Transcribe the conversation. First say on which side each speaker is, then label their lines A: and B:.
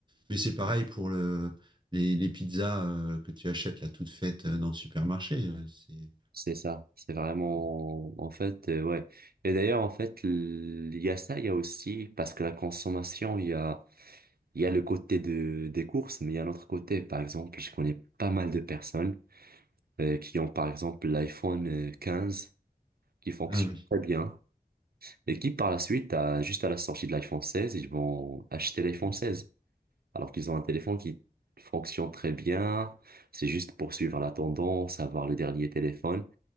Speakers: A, on the right; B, on the right.
A: Mais c'est pareil pour le, les, les pizzas euh, que tu achètes là toutes faites euh, dans le supermarché. euh, c'est...
B: C'est ça. C'est vraiment, en fait, euh, ouais. Et d'ailleurs, en fait, l- il y a ça, il y a aussi, parce que la consommation, il y a, il y a le côté de, des courses, mais il y a l'autre côté. Par exemple, je connais pas mal de personnes euh, qui ont, par exemple, l'iPhone euh, 15 qui fonctionne
A: Ah oui.
B: très bien. Et qui par la suite, à- juste à la sortie de l'iPhone 16, ils vont acheter l'iPhone 16. Alors qu'ils ont un téléphone qui fonctionne très bien, c'est juste pour suivre la tendance, avoir le dernier téléphone.